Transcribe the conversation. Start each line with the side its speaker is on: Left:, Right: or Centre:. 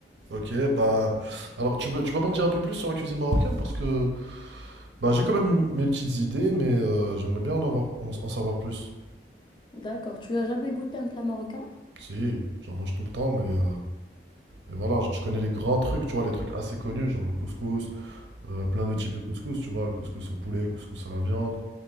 Right: Ok, bah. Alors, tu peux, tu peux m'en dire un peu plus sur la cuisine marocaine? Parce que bah, j'ai quand même mes petites idées, mais euh, j'aimerais bien en avoir, en en savoir plus.
Left: D'accord. Tu as jamais goûté un plat marocain?
Right: Si, j'en mange tout le temps, mais euh, Mais voilà, genre, je connais les grands trucs, tu vois, les trucs assez connus, genre le couscous, euh, plein
Left: D'accord.
Right: de types de couscous, tu vois, le couscous au poulet, couscous à la viande.